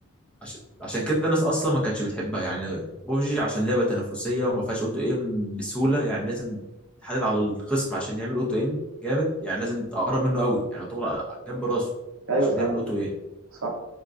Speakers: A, in the centre; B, on the right.
A: عشان عشان كده الناس اصلا ما كانتش بتحبها يعني بوبجي عشان لعبه تنافسيه وما فيهاش اوتو ايم بسهوله يعني لازم تحدد على الخصم عشان يعمل اوتو ايم جامد يعني لازم تقرب منه قوي يعني يعتبر جنب راسه
B: ايوه
A: عشان
B: فعلا
A: يعمل اوتو ايم
B: صح